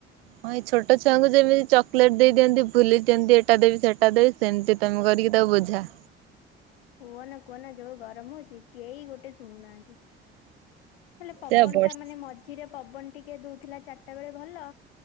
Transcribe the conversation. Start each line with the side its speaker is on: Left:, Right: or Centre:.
Right: ହଁ ଏଇ ଛୋଟ ଛୁଆଙ୍କୁ ଯେମିତି ଚକୋଲେଟ ଦେଇ ଦିଅନ୍ତି ଭୁଲେଇ ଦିଅନ୍ତି ଏଇଟା ଦେବି ସେଟା ଦେବି ସେମୀତି ତମେ କରିକି ତାକୁ ବୁଝା।
Left: କୁହ ନା କୁହନା ଯୋଉ ଗରମ ହେଉଛି କେହି ଗୋଟେ ଶୁଣୁନାହାନ୍ତି। ହେଲେ ପବନ
Right: ତେ ବର୍ଷିର
Left: ଟା ମାନେ ମଝିରେ ପବନ ଟିକେ ଦଉଥିଲା ଚାରିଟା ବେଳେ ଭଲ